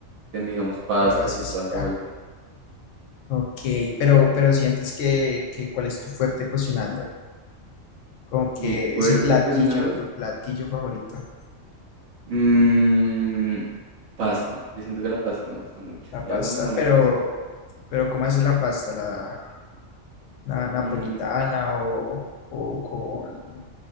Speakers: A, on the right; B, on the left.
A: ten- digamos, pastas
B: y lo haces
A: y toda esa
B: y ya.
A: vuelta.
B: Ok, pero, pero sientes que, que cuál es tu fuerte cocinando. Como que
A: Mi fuerte
B: ese platillo,
A: cocinando,
B: tu platillo favorito,
A: mm, pasta. Yo siento que la pasta me gusta mucho.
B: la
A: Y
B: pasta.
A: hago una buena
B: Pero,
A: pasta.
B: pero ¿cómo haces la pasta? ¿La, la napolitana
A: Mm,
B: o, o con,